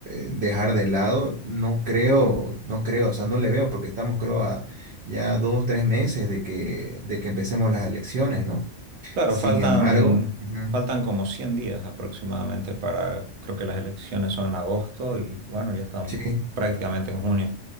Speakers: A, on the right; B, on the right.
A: eh, dejar de lado, no creo, no creo, o sea, no le veo, porque estamos, creo, a ya dos, tres meses de que, de que empecemos las elecciones, ¿no?
B: Claro,
A: Sin
B: faltan,
A: embargo, ujú,
B: faltan como 100 días aproximadamente para, creo que las elecciones son en agosto y bueno, ya estamos
A: sí,
B: prácticamente en junio.